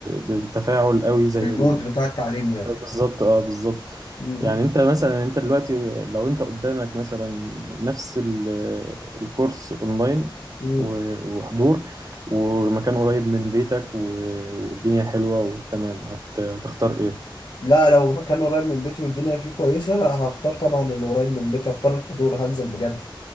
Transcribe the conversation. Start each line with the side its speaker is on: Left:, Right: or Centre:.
Right: بالتفاعل قوي زي
Left: المود بتاع التعليم يعني
Right: بالظبط اه بالظبط
Left: مم.
Right: يعني انت مثلا انت دلوقتي لو انت قدامك مثلا نفس ال- الكورس اونلاين
Left: مم.
Right: و- وحضور والمكان قريب من بيتك و- والدنيا حلوة وتمام هت- هتختار ايه
Left: لا لو مكان قريب من بيتي والدنيا فيه كويسة لا هختار طبعا اللي قريب من بيتي هختار الحضور هنزل بجد